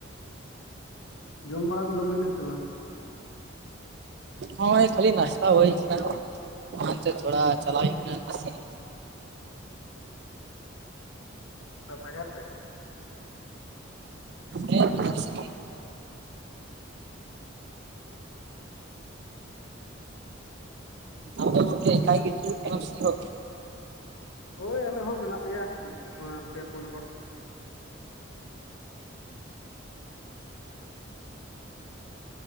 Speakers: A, on the left (about 80°); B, on the right (about 55°).
A: ᱡᱚᱢ ᱵᱟᱲᱟ ᱠᱚᱫᱚ ᱦᱩᱭ ᱱᱟ ᱥᱮ ᱵᱟᱝ?
B: ᱱᱚᱜᱼᱚᱭ ᱠᱷᱟᱹᱞᱤ ᱱᱟᱥᱛᱟ ᱦᱩᱭ ᱠᱟᱱᱟ ᱚᱱᱟ ᱛᱮ ᱛᱷᱚᱲᱟ ᱪᱟᱞᱟᱣ ᱦᱩᱭᱩᱜ ᱠᱟᱱᱟ ᱚᱱᱛᱮ <unintelligible>
A: ᱵᱟᱡᱟᱨ ᱥᱮᱫ?
B: ᱦᱮᱸ ᱵᱟᱡᱟᱨ ᱥᱮᱜ ᱜᱤ ᱾
A: <unintelligible>
B: ᱟᱢ ᱫᱚ ᱜᱚᱝᱠᱮ ᱮᱠᱟᱭ ᱜᱮ ᱛᱩᱲᱩ ᱠᱟᱱᱟ ᱥᱤ ᱦᱳ
A: ᱦᱳᱭ ᱟᱞᱮ ᱦᱚᱸ ᱢᱮᱱᱟᱜ ᱞᱮᱭᱟ ᱱᱚᱣᱟ ᱯᱮ ᱯᱩᱱ ᱦᱚᱲ ᱾